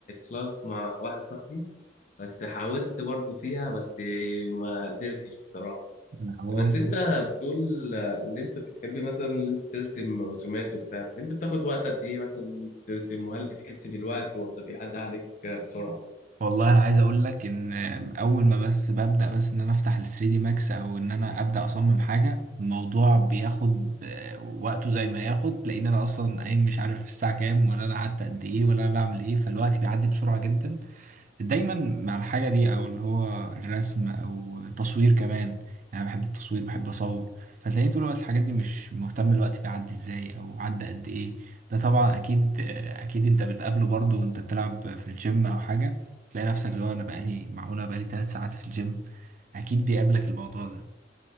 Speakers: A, on the left; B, on the right.
A: كلاس مع واحد صاحبي بس حاولت برضه فيها بس ما قدرتش بصراحه
B: أنا عوام
A: بس انت بتقول اللي انت بتحبي مثلا اللي انت ترسم رسومات وبتاع طب انت بتاخد وقت قد ايه مثلا ان انت ترسم وهل بتحس بالوقت ولا بيعدي عليك بسرعة
B: والله انا عايز اقول لك ان اول ما بس ببدا بس ان انا افتح ال 3 دي ماكس او ان انا ابدا اصمم حاجه الموضوع بياخد آه، وقته زي ما ياخد لان انا اصلا قايم مش عارف الساعه كام ولا انا قعدت قد ايه ولا انا بعمل ايه فالوقت بيعدي بسرعه جدا دايما مع الحاجة دي أو اللي هو الرسم أو تصوير كمان يعني أنا بحب التصوير بحب أصور فتلاقيني طول الوقت الحاجات دي مش مهتم الوقت بيعدي إزاي أو عدى قد إيه ده طبعا أكيد أكيد أنت بتقابله برضه وأنت بتلعب في الجيم أو حاجة تلاقي نفسك اللي هو أنا بقالي معقولة بقالي تلات ساعات في الجيم أكيد بيقابلك الموضوع ده